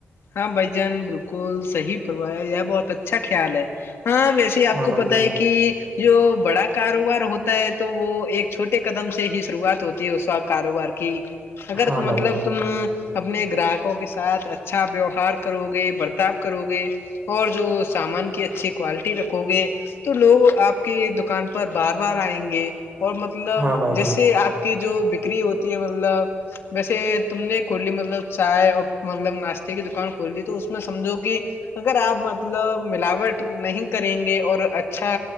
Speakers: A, on the left (about 75°); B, on the right (about 35°).
A: ہاں بھ جان بالکل صحیح فروایا یہ بہت اچھا خیال ہے ہاں ویسے آپ
B: ہاں
A: کو
B: بھائی
A: پت
B: جان
A: ہے کہ جو بڑا کاروبار ہوتا ہے تو وہ ایک چھوٹے قدم سے ہی شروعات ہوتی ہے اس وق کاروبار کہ اگر
B: ہاں
A: مطلب
B: بھائی جان
A: تم اپنے گراہکوں کے ساتھ اچ اچھا ویوہار کرو گے برتاؤ کرو گے اور جو سامان کی اچھی کوالٹی رکھو گے تو لوگ آپ کے دکان پر بار بار آئیں گے اور مطلب
B: ہاں بھائی
A: جیسے
B: جان
A: آپ کی جو بکری ہوتی ہے مطلب ویسے تم نے کلی مطلب چائے اور مطلب ناشتے ھ کہ دکان کھول دی تو اس میں سمجھو کہ اگر آپ مطلب ملاوٹ نہیں کریں گے اور اچھا